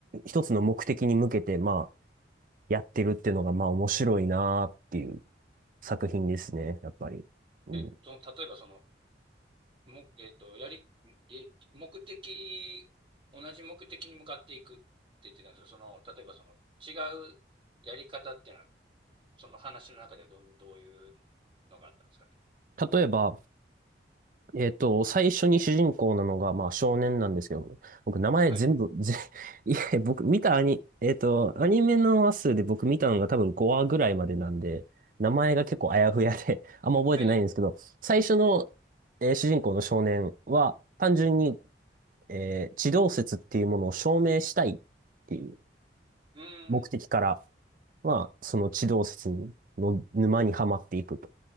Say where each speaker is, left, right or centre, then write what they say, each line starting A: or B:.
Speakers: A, on the right; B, on the right.
A: 一つの目的に向けて、まあ、やってるっていうのが、まあ面白いなーっていう作品ですね、やっぱり。うん。
B: え、その、例えばその、も、えっと、やり、え、目的、同じ目的に向かっていくって言ってたんですけど、その、例えばその、違うやり方っていうのは、その話の中ではどん、どういうのがあったんですかね。
A: 例えば、えっと、最初に主人公なのが、まあ、少年なんですけど、僕、名前全部、
B: はい。
A: ぜ、<laughs> いや僕、見たアニ、えっと、アニメの話数で僕見たのが多分5話ぐらいまでなんで、名前が結構あやふやで、
B: うん。
A: <laughs> あんま覚えてないんですけど、
B: はい。
A: 最初の、えー主人公の少年は、単純に、えー地動説っていうものを証明したいっていう
B: うん。
A: 目的から、まあ、その地動説の沼にはまっていくと。